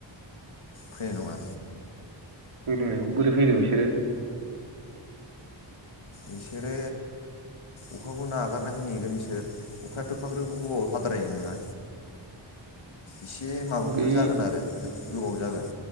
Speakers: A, on the left; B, on the right.
A: फैनाय नङा।
B: <unintelligible> नायाव बोरै फैगोन बिसोरो?
A: बिसोरो अखाखौ नागारनायखौ नेगोन बिसोर अखायाथ' एफाग्रोब गोबाव हाद्राय नोङा एसे माबाफोर
B: बे
A: जागोन आरो गोबाव जागोन।